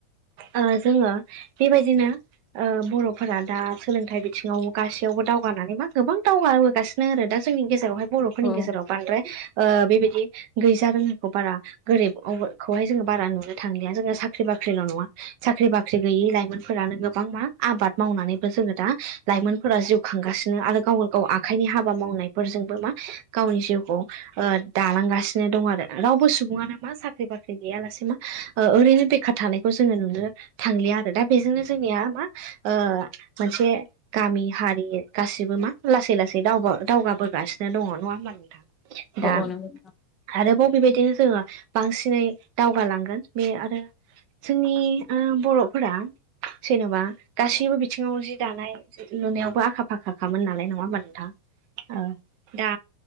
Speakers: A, on the right; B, on the left.
A: ओ जोङो बेबायदिनो ओ बर'फोरा दा सोलोंथाइ बिथिङाव गासैयावबो दावगानानै मा गोबां दावगाबोगासिनो आरो दा जोंनि गेजेरावहाय बर'फोरनि
B: औ
A: गेजेराव बांद्राय ओ बेबायदि गैज रोङिखौ बारा गोरिब अखौहाय जोङो बारा नुनो थांलिया जोङो साख्रि बाख साख्रिल' नङा साख्रि बाख्रि गैयै लाइमोनफोरानो गोब गोबां मा आबाद मावनानैबो जोङो दा लाइमोनफोरा जिउ खांगासिनो आरो गाव गाव आखाइनि हाबा मावनो फोजोंबो मा गावनि जिउखौ ओ दालांगासिनो दं आरो रावबो सुबुानो मा सा साख्रि बाख्रि गैयालासे मा ओ ओरैनो बेखार थानायखौ जोङो नुनो थांलिया आरो दा बेजों जोंनिया मा ओ मोनसे गामि हारि गासिबो मा लासै लासै दावबो दावगाबोगासिनो दङ नङा ओमबा नोंथां?
B: औ
A: दा
B: औ नंगौ
A: आरोबाव बेबायदिनो जोङो बांसिनै दावगालांगोन बे आरो जोंनि ओ बर'फोरा जेन'बा गासैबो बिथिङाव जि दानाय लुनायावबो आखा फाखाखामोन नालाय नङा ओमबा नोंथां? औ दा